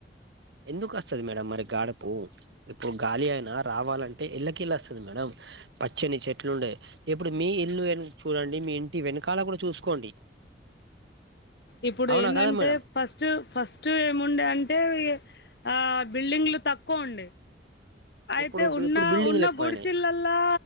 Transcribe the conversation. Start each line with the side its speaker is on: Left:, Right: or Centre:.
Right: ఎందుకు వస్తుది మేడం మరి గాడుపు ఇప్పుడు గాలి అయినా రావాలంటే అంటే ఇళ్ళకీ ఇళ్ళ వస్తుంది మేడం పచ్చని చెట్లు ఉండే ఇప్పుడు మీ ఇల్లు వెను చూడండి మీ ఇంటి వెనకాల కూడా చూసుకోండి
Left: ఇప్పుడు
Right: అవునా
Left: ఎందంటే
Right: కదా మేడం
Left: ఫస్ట్ ఫస్ట్ ఏముండే అంటే ఆ బిల్డింగ్లు తక్కువ ఉండే అయితే
Right: ఇప్పుడు
Left: ఉన్నా
Right: ఇప్పుడు బిల్డింగ్లు
Left: ఉన్నా
Right: ఎక్కువయినాయి
Left: గుడ్సల్ లల లా